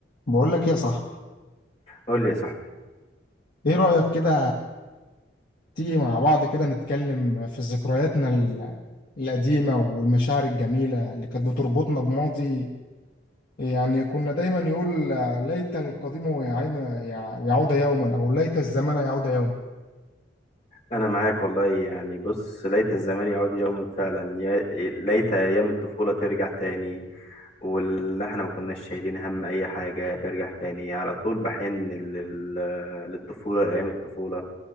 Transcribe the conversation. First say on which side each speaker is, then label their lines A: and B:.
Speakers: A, on the left; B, on the left.
A: بقول لك يا صاحبي
B: قول لي يا صاحبي
A: ايه رأيك كده تيجي مع بعض كده نتكلم في ذكرياتنا ال- القديمة والمشاعر الجميلة اللي كانت بتربطنا بماضي يعني كنا دايما يقول ليت القديم يعين يع- يعود يوما او ليت الزمن يعود يوما
B: انا معاك والله يعني بص ليت الزمان يعود يوما فعلا يا ليت ايام الطفوله ترجع تاني واللي احنا ما كناش شايلين هم اي حاجه ترجع تاني على طول بحن لل- لل- للطفوله لايام الطفوله